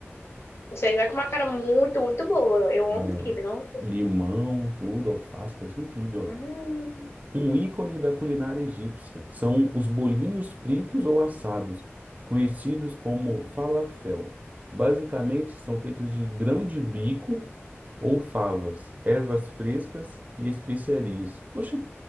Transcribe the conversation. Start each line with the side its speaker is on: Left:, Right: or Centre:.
Left: Você já com uma cara muito, muito boa. Eu
Right: É.
Left: amo quibe, não?
Right: Limão, tudo, alface, parece um quibe, ó
Left: Hum,
Right: Um ícone da culinária egípcia são os bolinhos fritos ou assados, conhecidos como falafel. Basicamente, são feitos de grão de bico ou favas, ervas frescas e especiarias. Oxe,